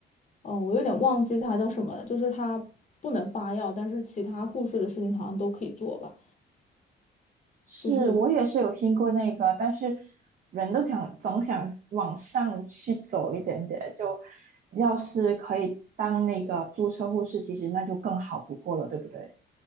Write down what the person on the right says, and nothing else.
是我也是有听过那个，
但是人都想总想往上去走一点点，就要是可以当那个注册护士，其实那就更好不过了，对不对？